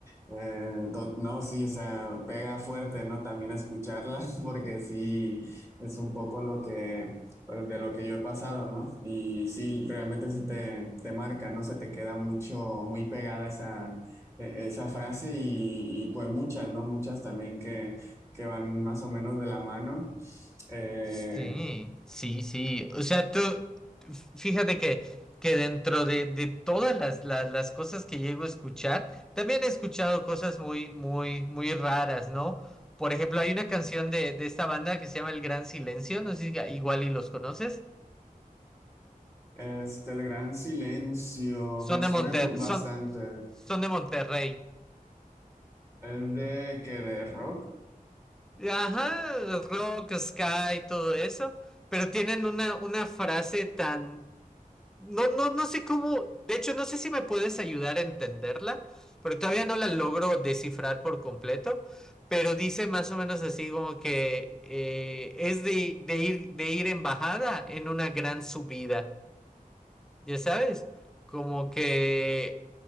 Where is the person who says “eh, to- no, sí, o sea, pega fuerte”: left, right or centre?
Right